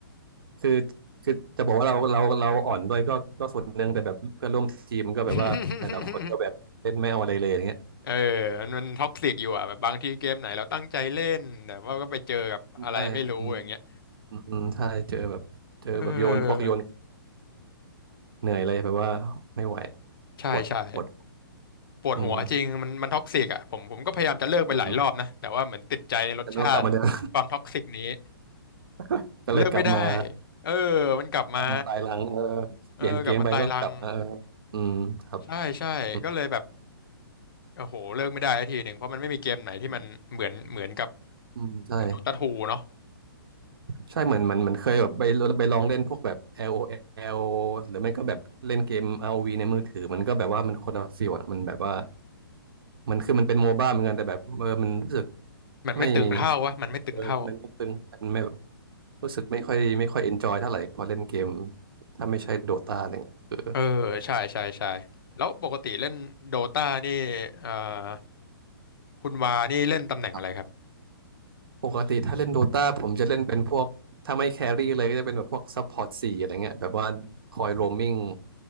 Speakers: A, on the right; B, on the left.
A: คือคือจะบอกว่าเราเราเราอ่อนด้วยก็ก็ส่วนหนึ่งแต่แบบเพื่อนร่วมทีมมันก็แบบว่าแต่ละคนก็แบบเล่นไม่เอาอะไรเลยอย่างเงี้ย
B: <laughs> เออมันมันท็อกซิกอยู่อ่ะแบบบางทีเกมไหนเราตั้งใจเล่นแต่ว่าก็ไปเจอกับอะไรไม่รู้อย่างเงี้ย
A: ใช่อืมอืมใช่เจอแบบเจอแบบโยนพวกโยน
B: เออ
A: เหนื่อยเลยแบบว่าไม่ไหว
B: ใช่ใช่
A: ปวดปวด
B: ปวดหัวจริงมันมันท็อกซิกอ่ะผมผมก็พยายามจะเลิกไปหลายรอบนะแต่ว่าเหมือนติดใจในรสชาติความท็อกซิกนี้
A: อืมอืมอืมแล้วก็กลับมาเดิม <laughs> ก็เลยกลับมา
B: เลิกไม่ได้เออมันกลับมา
A: กลับมาตายหลังเออ
B: เออกลับมาตายรัง
A: เปลี่ยนเกมไปก็กลับมาเอออืมครับ
B: ใช่ใช่ก็เลยแบบ
A: อืม
B: โอ้โหเลิกไม่ได้สักทีหนึ่งเพราะมันไม่มีเกมไหนที่มันเหมือนเหมือนกับ
A: อืมอืมใช่
B: โดตาทูเนาะ
A: ใช่เหมือนเหมันเหมอนเคยแบบไปไปลองเล่นพวกแบบ LOL หรือไม่ก็แบบเล่นเกม ROV ในมือถือมันก็แบบว่ามันคนละฟีลอะมันแบบว่ามันคือมันเป็นโมบ้าเหมือนกันแต่แบบเออมันรู้สึก
B: มันไม่ตึงเท่าวะมันไม่ตึงเท่า
A: ไม่เออมันไม่ตึงมันไม่ รู้สึกไม่ค่อยไม่ค่อยเอนจอยเท่าไหร่พอเล่นเกมถ้าไม่ใช่โดตาอะไรเงี้ยเออ
B: เออใช่ใช่ใช่แล้วปกติเล่นโดตานี่เอ่อคุณวานี่เล่นตำแหน่งอะไรครับ
A: ครับปกติถ้าเล่นโดตาผมจะเล่นเป็นพวกถ้าไม่แครี่เลยก็จะเป็นแบบพวกซัพพอร์ตสี่อะไรเงี้ยแบบว่าคอยโรมมิ่ง